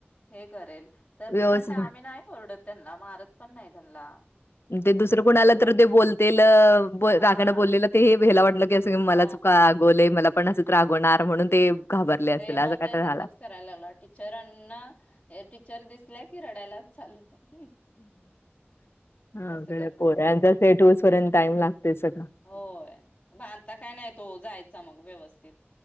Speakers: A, on the left; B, on the left.
A: हे करेल तर
B: व्यवस्थित
A: ते म्हणले आम्ही नाही सोडत त्यांना मारत पण नाय त्यांला
B: ते दुसरं कुणाला तर ते बोलतील
A: हा
B: रागानं बोललेलं ते ह्याला वाटलं की अस
A: हा
B: मला चुका रागावले मला पण असंच तर रागवणार म्हणून ते घाबरले असेल
A: ते
B: असं
A: मते
B: काय तर झाला.
A: तसच करायला लागलं टीचरांना टीचर दिसल्या की रडायला <inaudible> हं
B: अवघड
A: असं करतेत
B: पोरांचा
A: पोर
B: सेट होऊसपर्यंत टाइम लागतोय सगळं.
A: होय म आता काय नाही तो जाईत.. जा मग व्यवस्थित